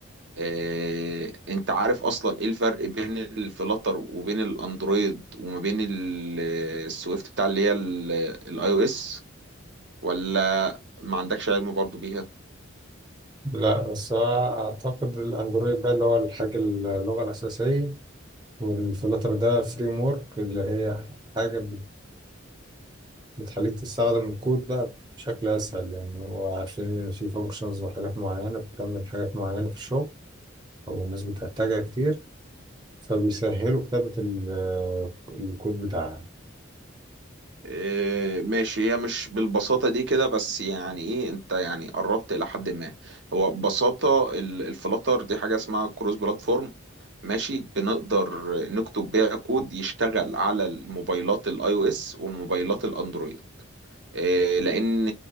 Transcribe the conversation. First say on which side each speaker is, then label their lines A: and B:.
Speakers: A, on the right (about 55°); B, on the right (about 20°).
A: آه، انت عارف اصلا ايه الفرق بين الفلاتر وبين الاندرويد وما بين ال- السويفت بتاع اللي هي الاي او اس ولا ما عندكش علم برضو بيها
B: لا بس هو اعتقد الاندرويد ده اللي هو الحاجه اللغه الاساسيه والفلاتر ده فريم ورك اللي هي حاجه بت- بتخليك تستخدم الكود بقى بشكل اسهل يعني هو عارفين ان في فانكشنز وحاجات معينه بتعمل حاجات معينه في الشغل او الناس بتحتاجها كتير فبيسهلوا كتابه ال- الكود بتاعها
A: آه، ماشي هي مش بالبساطة دي كده بس يعني ايه انت يعني قربت الى حد ما هو ببساطة ال- الفلاتر دي حاجة اسمها كروس بلاتفورم ماشي بنقدر نكتب بيها كود يشتغل على الموبايلات الاي او اس والموبايلات الاندرويد إيه، لان